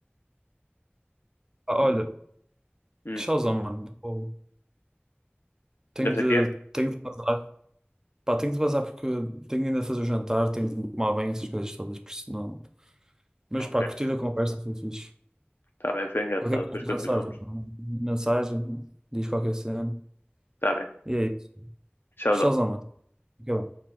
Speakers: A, on the right (about 15°); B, on the left (about 60°).
A: Pá, olha,
B: Hum,
A: tchauzão, mano. Vou- Tenho
B: já
A: de,
B: sei aqui?
A: tenho de vazar. Pá, tenho de vazar porque tenho ainda de fazer o jantar, tenho de me tomar bem essas coisas todas, por isso não. Mas
B: Ok.
A: pá, curtida a conversa, foi fixe.
B: Está bem, foi engraçado.
A: Qualquer
B: Depois
A: coisa
B: continuamos.
A: já sabes. Mensagem, diz qualquer cena.
B: Está bem.
A: E é isso.
B: Tchauzão.
A: Showzão, mano. Fica bem.